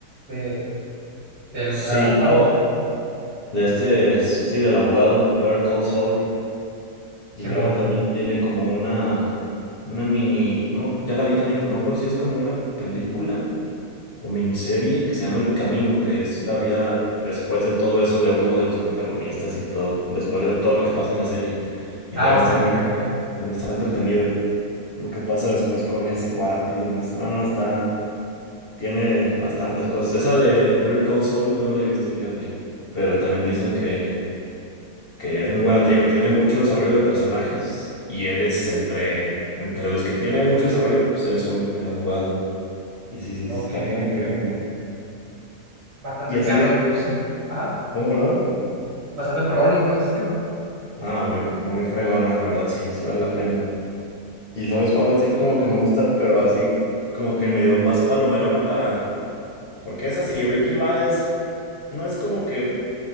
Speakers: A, on the right (about 80°); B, on the left (about 55°).
A: de, del
B: sí,
A: eh, abogado,
B: de este, es- sí, del abogado, Better Call Saul.
A: Simón.
B: Y luego también tiene como una, una mini, no, me acu- ya la vi también, pero no me acuerdo si es como una película o miniserie que se llama El Camino, que es la vida después de todo eso de uno de los protagonistas y todo, después de todo lo que pasa en la serie. Y
A: Ah,
B: también
A: ok,
B: está muy,
A: ok, ok.
B: también está entretenido lo que pasa después con ese cuate y demás. No, no, está, tiene bastantes cosas. Esa de Better Call Saul yo no la he visto, fíjate, pero también dicen que, que es muy buena, te digo, tiene mucho desarrollo de personajes y él es entre... Entre los que tiene mucho desarrollo, pues él es uno, el abogado. Y sí, sí, sí,
A: Ok,
B: está muy
A: ok,
B: fregón.
A: ok. Bastante
B: Y así
A: perro
B: de,
A: entonces. Ajá.
B: ¿Cómo, perdón?
A: Bastante perrón entonces, tío.
B: Ah, muy, muy fregona, la verdad, sí, sí vale la pena. ¿Y sabes cuál así como que me gusta, pero así como que me dio más palomerona para... Porque es así, Breaking Bad es... No es como que